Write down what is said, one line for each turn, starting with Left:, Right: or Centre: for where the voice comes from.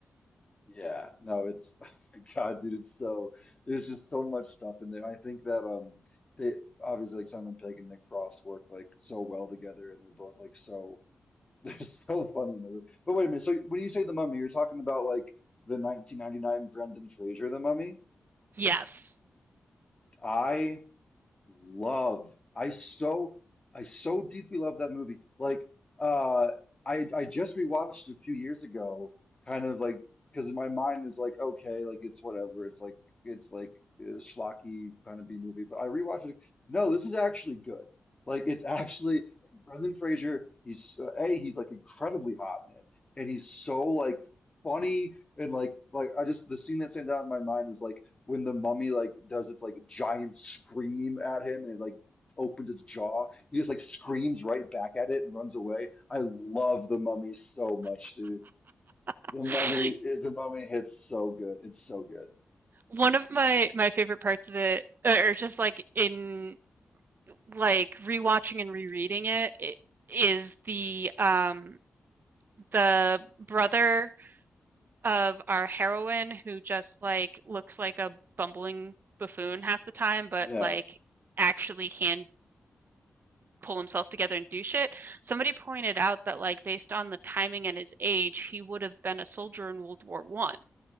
Left: Yeah. No, it's, <laughs> oh my God, dude, it's so, there's just so much stuff in there. I think that, um, they obviously like Simon Pegg and Nick Frost work like so well together and they're both like so <laughs> They're so funny in those. But wait a minute. So when you say the mummy, you're talking about like the 1999 Brendan Fraser, the mummy.
Right: yes.
Left: I love. I so I so deeply love that movie. Like uh I I just rewatched it a few years ago, kind of like because my mind is like okay, like it's whatever. It's like it's like a schlocky kind of B movie, but I rewatched it. like, No, this is actually good. Like it's actually Brendan Fraser. He's uh, A, he's like incredibly hot in it, and he's so like funny and like like I just the scene that stands out in my mind is like when the mummy like does its like giant scream at him and it like opens its jaw, he just like screams right back at it and runs away. I love the mummy so much, dude.
Right: <laughs>
Left: The mummy, the mummy hits so good. It's so good.
Right: One of my my favorite parts of it, or just like in like rewatching and rereading it, it is the um the brother of our heroine who just like looks like a bumbling buffoon half the time, but
Left: Yeah.
Right: like actually can pull himself together and do shit. Somebody pointed out that like based on the timing and his age, he would have been a soldier in World War One.